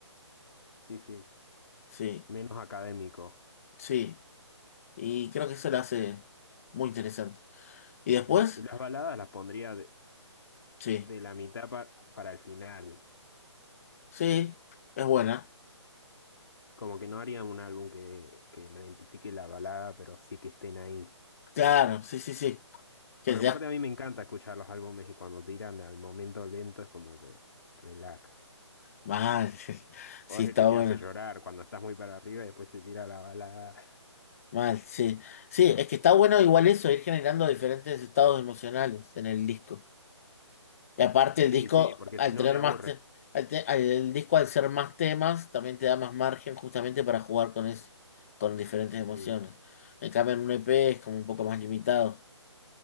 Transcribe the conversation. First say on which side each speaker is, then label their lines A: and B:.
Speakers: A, on the left; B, on the left.
A: sí, sí.
B: Sí,
A: Menos académico.
B: sí. Y creo que eso lo hace muy interesante. ¿Y después?
A: Sí. Y las baladas las pondría de,
B: Sí,
A: de la mitad pa- para el final.
B: sí, es buena.
A: Como que no haría un álbum que, que lo identifique la balada, pero sí que estén ahí.
B: Claro, sí, sí, sí.
A: Porque
B: Que ya,
A: aparte a mí me encanta escuchar los álbumes y cuando tiran al momento lento es como que relajas.
B: mal. <laughs>
A: O
B: Sí,
A: es
B: está
A: el que te
B: bueno.
A: hace llorar cuando estás muy para arriba y después te tira la balada.
B: Mal, sí. Sí, es que está bueno igual eso, ir generando diferentes estados emocionales en el disco. Y aparte
A: Sí,
B: el disco,
A: sí, porque
B: al
A: si no
B: tener
A: te aburre.
B: más te- al te- al- el disco al ser más temas, también te da más margen justamente para jugar con eso, con diferentes emociones.
A: Sí.
B: En cambio, en un EP es como un poco más limitado,